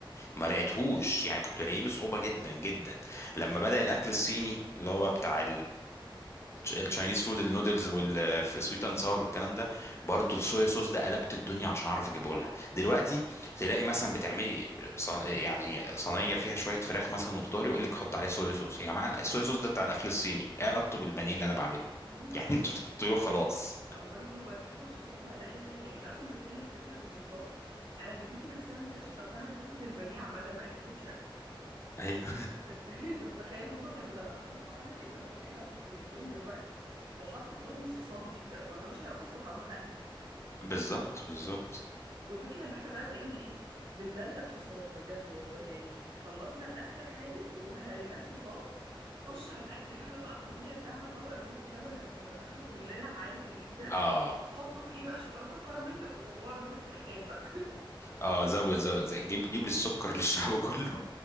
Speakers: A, on the left; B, on the right.
A: ما
B: أيوة.
A: لقيتهوش يعني كنت الاقيه بصعوبه جدا جدا لما بدأ الاكل الصيني اللي هو بتاع التشاينيز فود النودلز والسويت اند ساور والكلام ده برضو الصويا صوص ده قلبت الدنيا عشان اعرف اجيبه لها دلوقتي تلاقي مثلا بتعملي صن... يعني صينيه فيها شويه فراخ مثلا وخضار يقول لك حط عليه صويا صوص يا جماعه الصويا صوص ده بتاع الاكل الصيني ايه علاقته بالبانيه اللي انا بعمله
B: هما
A: <laughs> يعني
B: بقى
A: انتوا
B: يحطوه
A: بتحطوه خلاص
B: ما بالك هما بقى يحطوا الصوصات على اي حاجه انت اصلا بتتكلم في فكره الصوصات انا جدتي نفسها ما كانتش بتقتنع بفكره البانيه عامه بقى كفكره
A: ايوه
B: <laughs> انت متخيل هما كانوا زمان اصلا في مرحله إيه؟ انت متخيل لو كنت جبتهم دلوقتي وحطت لهم الصوصات دي ما كانوش هيعرفوا يستطعموا الاكل
A: بالظبط بالظبط
B: والفكرة ان احنا بقى بقينا ايه بندلدق صوصات بجد والله يعني خلصنا الاكل الحادق وهريناه صوصات خش على الاكل الحلو بقى الطبيعي بتاعنا طبق الرز بلبن اللي كنا بناكله كلنا عادي جدا
A: اه
B: حطه في ايه بقى شوكولاته وكراميل و- و- واقعد اطلق فيه حاجات بقى
A: اه زود زود زي جيب جيب لي السكر <laughs> للشعب كله